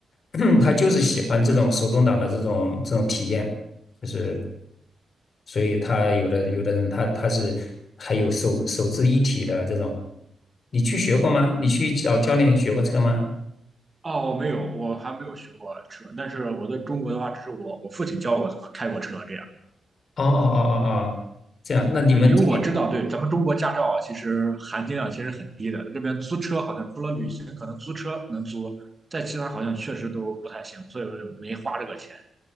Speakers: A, on the left; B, on the right.
A: <clears throat> 他就是喜欢这种手动挡的这种这种体验。就是所以他有的有的人他他是还有手手自一体的这种，你去学过吗？你去找教练学过车吗？
B: 哦，我没有，我还没有学过车，但是我在中国的话，只是我我父亲教我怎么开过车这样。
A: 哦哦哦哦哦，这样，那你们这边
B: 对，因为我知道，对咱们中国驾照啊，其实含金量其实很低的。这边租车好像除了旅行，可能租车能租，在其他好像确实都不太行，所以我就没花这个钱。